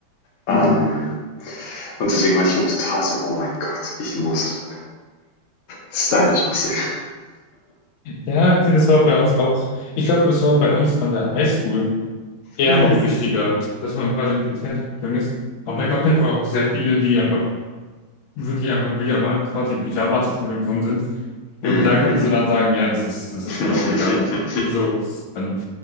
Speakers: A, on the left; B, on the left.
A: Ähm,
B: Mhm.
A: Und deswegen war ich immer total so, oh mein Gott, ich muss stylisch aussehen.
B: Ja, okay, das war bei uns auch, ich glaube, das war bei uns an der Highschool. eher
A: Mm.
B: noch wichtiger, dass man quasi mit dem Fernsehen ist. Aber da gab es einfach auch sehr viele, die einfach wirklich einfach wirklich mal quasi in Pyjama zur Schule gekommen sind. Und
A: Mm,
B: da kannst
A: mm.
B: du dann sagen, ja, das ist, das
A: <laughs>
B: ist dann auch egal. So, dann